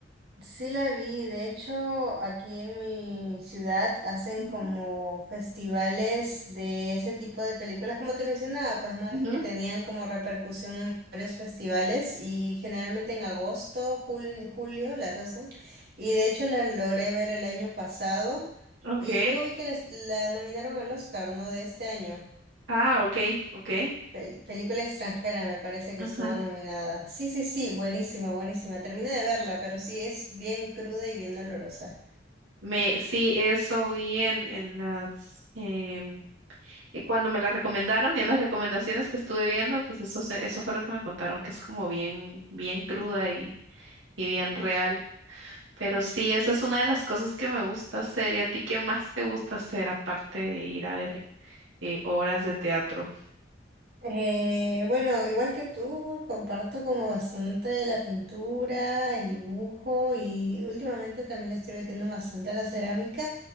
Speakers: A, on the right; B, on the right.
A: Sí la vi, de hecho, aquí en mi ciudad hacen
B: Ujú,
A: como festivales de ese tipo de películas, como te mencionaba, pues no
B: ujú,
A: las que tenían como repercusión en varios festivales y generalmente en agosto, jul- julio las hacen. Y de hecho la logré ver el año pasado
B: Okay.
A: y luego vi que les- la nominaron al Oscar, ¿no? De este año.
B: Ah, ok, ok.
A: Pel- película extranjera me parece
B: Ajá.
A: que estuvo nominada. Sí, sí, sí, buenísima, buenísima. Terminé de verla, pero sí es bien cruda y bien dolorosa.
B: Me, sí, eso vi en, en las em, Y cuando me la recomendaron y en las recomendaciones que estuve viendo, pues eso, se- eso fue lo que me contaron, que es como bien, bien cruda y, y bien real. Pero sí, esa es una de las cosas que me gusta hacer. ¿Y a ti qué más te gusta hacer aparte de ir a ver eh, obras de teatro?
A: Eh, bueno, igual que tú, comparto como bastante la pintura, el dibujo y últimamente también le estoy metiendo bastante a la cerámica,